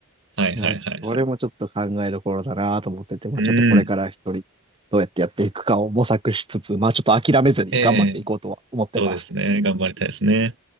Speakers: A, on the right; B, on the right.
A: はいはいはいはい。
B: いや、なんかそれもちょっと考えどころだなと思ってて、まあちょっとこれから一人どうやってやっていくかを模索しつつ、
A: うん。
B: まあちょっと諦めずに頑張っていこうとは思ってます。
A: ええ、そうですね。頑張りたいですね。